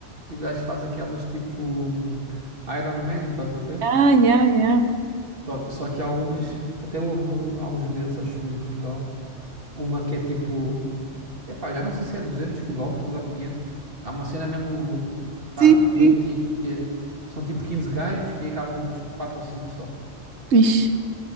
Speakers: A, on the right; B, on the right.
A: que o gajo faz aquelas tipo hum, Iron Man, estás a ver?
B: Ah, yeah, yeah.
A: Só, só que há umas, até houve há uns meses, acho eu, em Portugal, uma que é tipo, epá, já não sei se é 200 quilómetros ou 500. Há uma cena mesmo, pá,
B: Sim,
A: doentia.
B: sim.
A: São tipo 15 gajos e acabam uns 4 ou 5 só.
B: Ixi,